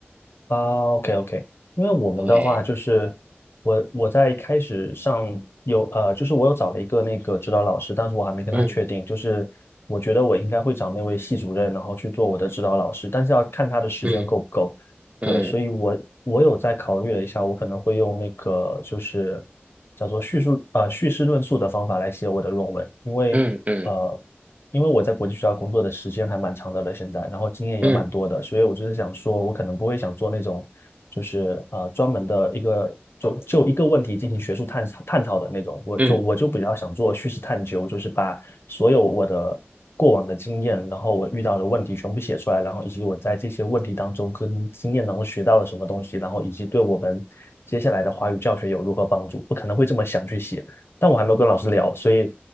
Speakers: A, on the left (about 65°); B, on the right (about 30°).
A: 啊，OK OK，因为我们的话就是我我在开始上有呃，
B: 对，
A: 就是我有找了一个那个指导老师，但是我还没跟他确定，
B: 嗯
A: 就是我觉得我应该会找那位系主任，然后去做我的指导老师，但是要看他的时间够不够。
B: 嗯嗯
A: 对，所以我我有在考虑了一下，我可能会用那个就是叫做叙述呃叙事论述的方法来写我的论文，因为呃
B: 嗯嗯
A: 因为我在国际学校工作的时间还蛮长的了，现在，然后经验也蛮多的，
B: 嗯嗯
A: 所以我就是想说，我可能不会想做那种，就是呃专门的一个就就一个问题进行学术探探讨的那种，我就我就比较想做叙事探究，
B: 嗯。
A: 就是把所有我的过往的经验，然后我遇到的问题全部写出来，然后以及我在这些问题当中跟经验当中学到了什么东西，然后以及对我们接下来的华语教学有如何帮助，我可能会这么想去写。但我还没有跟老师聊，所以